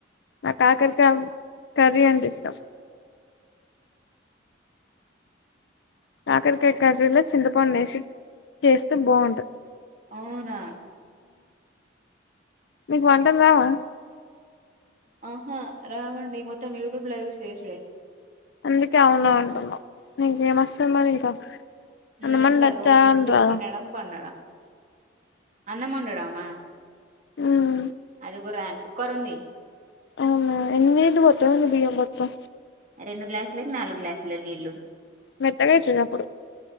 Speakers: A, on the left; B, on the right.
A: ఆ ఆకలికి కర్రీ అంటె ఇష్టం కాకరికాయ కర్రీ లో చింతపండు ఏసి చేస్తే బాగుంటది
B: అవునా
A: నీకు వంటలు రావా
B: ఆహా రావండి మొత్తం యూట్యూబ్ లోచిస్ చేసిడే
A: అందుకే అవునా అంటున్న నెకెంవస్తది ఇంకా అన్నమండొచ్చా
B: ఏం దది ఓన్లీ
A: అని రాదా
B: తినడం పన్నడం అన్నమండడామా
A: మ్మ్
B: అదికు రా అన్ కుక్కరుంది
A: అవునా ఎన్ని నీళ్లు బొత్తవ్ బియ్యం మొత్తం
B: రెండు గ్లాసులకి నాలుగు గ్లాసులు నీళ్ళు
A: మెత్తగా అయితది అప్పుడు